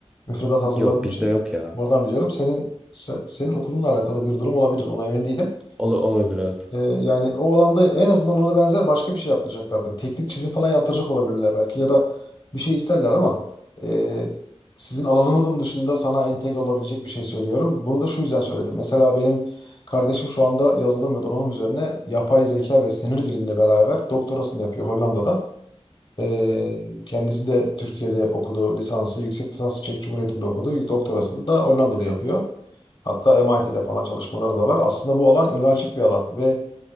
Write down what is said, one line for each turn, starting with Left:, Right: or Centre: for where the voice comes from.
Left: Müfredat hazırladığım
Centre: Yok bizde
Left: için.
Centre: yok ya.
Left: Oradan biliyorum. Senin se- senin okulunla alakalı bir durum olabilir. Ona emin değilim.
Centre: Ola- olabilir evet.
Left: Ee, yani o alanda en azından ona benzer başka bir şey yaptıracaklardır. Teknik çizim falan yaptıracak olabilirler belki ya da bir şey isterler ama e, sizin alanınızın dışında sana entegre olabilecek bir şey söylüyorum. Bunu da şu yüzden söyledim. Mesela benim kardeşim şu anda yazılım ve donanım üzerine yapay zeka ve sinir bilimle beraber doktorasını yapıyor Hollanda'da. Ee, kendisi de Türkiye'de okudu lisansı, yüksek lisansı Çek Cumhuriyeti'nde okudu. Doktorasını da Hollanda'da yapıyor. Hatta MIT'de falan çalışmaları da var. Aslında bu alan öne açık bir alan ve